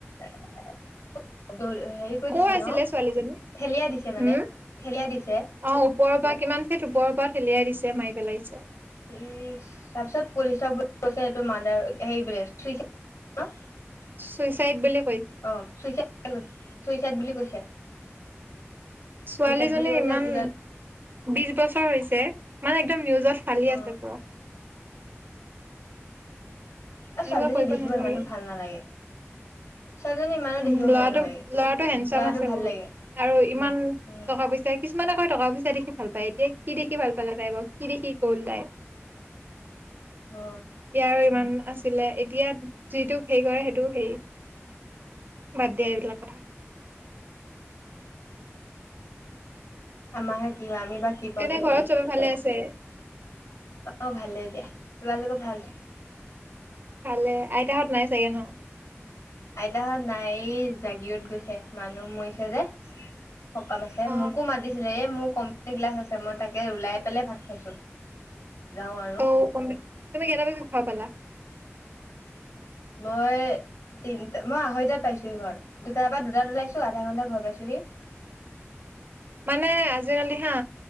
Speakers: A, on the left; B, on the right.
A: হেৰি কৰি
B: কৰ
A: দিছে
B: আছিলে
A: ন
B: ছোৱালীজনী
A: ঠেলিয়াই দিছে
B: হম
A: মানে ঠেলিয়াই দিছে
B: অ ওপৰৰ পৰা কিমান ফিত ওপৰৰ পৰা ঠেলিয়াই দিছে মাৰি পেলাইছে
A: ই তাৰ পিছত পুলিচক বোলে কছে এইটো মাৰডাৰ হেৰি বোলে হেল্লো'
B: চুইচাইড বোলে
A: অ চুইচাই চুইচাইড বুলি কৈছে
B: ছোৱালীজনী
A: চুইচাইড বুলি কৈছে
B: ইমান
A: পিছত
B: বিশ বছৰ হৈছে মানে একদম নিউজত ফালি
A: অ
B: আছে পুৰা
A: অ
B: এনেকুৱা
A: ছোৱালীজনী
B: কৰিব
A: দেখিব
B: নালাগে
A: ইমানো ভাল নালাগে ছোৱালীজনী ইমানো
B: উম
A: দেখিব
B: ল'ৰাটো
A: ভাল নালাগে
B: ল'ৰাটো হেণ্ডচাম
A: লৰাটো
B: আছে
A: ভাল
B: বহুত
A: লাগে
B: আৰু ইমান
A: উম
B: টকা পইচা কিছুমানে কয় টকা পইচা দেখি ভাল পায় এতিয়া কি দেখি ভাল পালা তাই বাৰু কি দেখি গ'ল তাই।
A: অ
B: ইয়াৰ ইমান আছিলে এতিয়া যিটোক হে কৰে সেই। টো সেই বাদ দিয়া এইবিলাক কথা। <inaudible>
A: আমাৰহে কি হয় আমি বা কি পাওঁ
B: এনে
A: ঠিক
B: ঘৰত
A: নাই
B: চবে ভালে আছে।
A: অ ভালেই দিয়া তোমালোকৰ ভাল।
B: ভালে আইতাহঁত নাই চাগে ন
A: আইতাহত নাই এই জাগিৰদ গৈছে মানুহ মৰিছে যে সকাম আছে
B: অ
A: মোকো মাতিছিলে এই মোক কমপিটাৰ কেলাছ আছে মই তাকে ওলাই পেলাই ভাত খাইছো যাওঁ আৰু
B: অ তুমি কেইটা বাজাট ঘৰৰ পালা
A: মই তিনটা মই আঢ়ৈ টাত পাইছোঁহি ঘৰ দুটাৰ পৰা দুটাত ওলাইছো আধা ঘন্টাত ঘৰ পাইছোঁ। <unintelligible>
B: মানে আজিকালি হা